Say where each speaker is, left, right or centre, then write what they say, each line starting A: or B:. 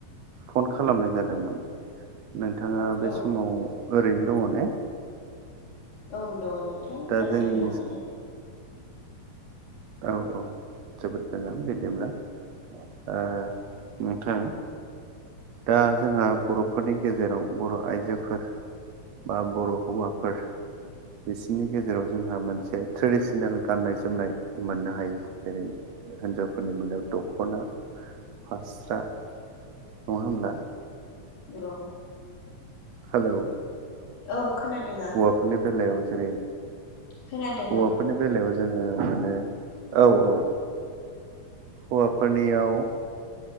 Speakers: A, on the right; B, on the left.
A: फन खालामनाय जादोंमोन नोंथाङा बे
B: औ
A: समाव ओरैनो दङ ने
B: औ दङ नोंथां
A: दा
B: रायजालायनो
A: जोंनि
B: हागोन आंजों
A: औ औ जोबोद मोजां बिदिब्ला अ नोंथां दा जोंहा बर'फोरनि गेजेराव बर' आइजोफोर बा बर' हौवाफोर बिसिनि गेजेराव जोंहा मोनसे ट्रेडिसनेल गाननाय जोमनाय मोननो हायो जेरै हिनजावफोरनि मोनायाव दख'ना <unintelligible> फास्रा नङा होमब्ला
B: नंगौ <unintelligible>
A: हेल'
B: औ खोनादों आं
A: बेफोरनि बेलायाव जेरै
B: खोनादों
A: हौवाफोरनि
B: आं
A: बेलायाव जोङो मोनो औ औ हौवाफोरनियाव